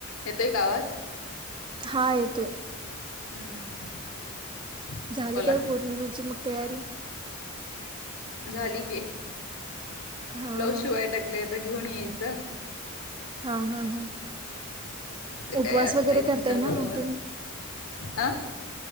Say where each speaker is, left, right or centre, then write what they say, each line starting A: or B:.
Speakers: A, on the left; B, on the right.
A: येतोय का आवाज.
B: हा येतोय.
A: हम्म
B: झाली
A: बोला
B: काय पौर्णिमेची मग तयारी.
A: झाली की
B: हा
A: ब्लाऊज
B: हा
A: शिवाय टाकलेत. आता घेऊन यायचं.
B: हा हा हा.
A: ते
B: उपवास
A: काय असतंय
B: वगैरे
A: त्यांच्या
B: करताय
A: बरोबर
B: ना मग तुम्ही
A: अ